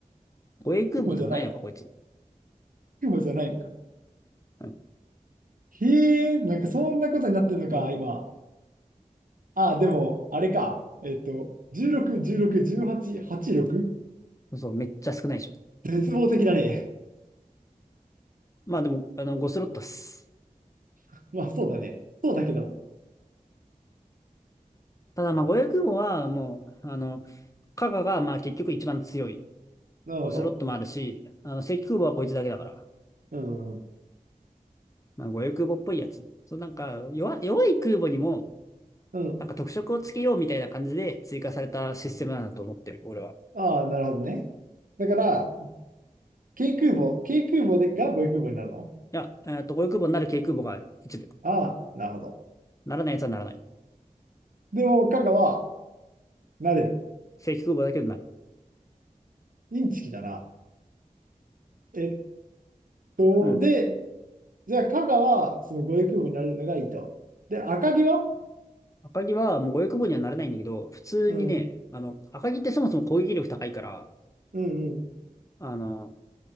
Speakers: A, on the left; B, on the right.
A: 護衛空母でもないのか、
B: 雲じゃない。
A: こいつ。
B: 雲じゃないのか。
A: うん。
B: へえ、なんかそんなことになってんのか、
A: 護衛空
B: 今。あ、でも、あれか。えっと、16、16、18、86?
A: 母。そう、めっちゃ少ないでしょ。
B: 絶望的だね。
A: まあでも、あの、5スロットっす。
B: <laughs> まあ、そうだね。そうだけども。
A: ただ、まあ、護衛空母はもう、あの、カガが、まあ結局一番強い。
B: なるほど。
A: 5スロットもあるし、あの、正規空母はこいつだけだから。
B: うん。
A: まあ、護衛空母っぽいやつ。そう、なんか、弱、弱い空母にも、
B: うん。
A: なんか特色をつけようみたいな感じで追加されたシステムなんだと思ってる、俺は。
B: ああ、なるほどね。だから、軽空母、軽空母でが護衛空母になるの
A: いや、えっと、ゴイ空母になる軽空母がある。一部。
B: ああ、なるほど。
A: ならないやつはならない。
B: でも、加賀は、なれる。
A: 正規空母だけどなる。
B: インチキだな。えっと、
A: うん。
B: で、じゃあ、加賀は、その護衛空母になれるのがいいと。で、赤城は
A: 赤城はもう護衛空母にはなれないんだけど、普通にね、
B: うん、
A: あの、赤城ってそもそも攻撃力高いから、
B: うん、
A: あの、